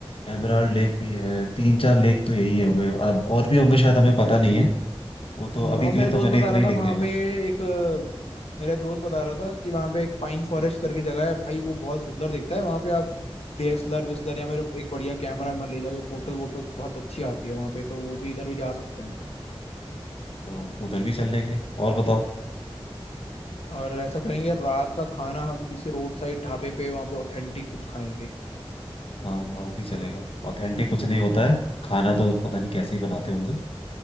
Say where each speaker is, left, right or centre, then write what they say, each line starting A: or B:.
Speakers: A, on the left (about 65°); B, on the left (about 85°).
A: एमराल्ड लेक भी है तीन चार लेक तो यही है हुए अब और भी होंगे शायद हमें पता नहीं है वो तो
B: हम्म,
A: अभी
B: और
A: के
B: मेरा
A: लिए तो
B: दोस्त
A: मैंने
B: बता
A: इतने
B: रहा
A: ही
B: था
A: लिखे
B: वहाँ
A: हैं
B: पे
A: बस
B: एक अ, मेरा दोस्त बता रहा था कि वहाँ पे एक पाइन फॉरेस्ट करके जगह है भाई वो बहुत सुंदर दिखता है वहाँ पे आप डीएसएलआर विस्लर या मेरे एक बढ़िया कैमरा में ले जाके फोटो वोटो बहुत अच्छी आती है वहाँ पे तो वो भी इधर भी जा सकते हैं
A: तो उधर भी चल लेंगे और बताओ
B: और ऐसा करेंगे रात का खाना हम किसी रोड साइड ढाबे पे वहाँ पे ऑथेंटिक कुछ खाएंगे
A: हाँ हाँ, वो भी चलेगा ऑथेंटिक कुछ नहीं होता है खाना तो पता नहीं कैसे ही बनाते होंगे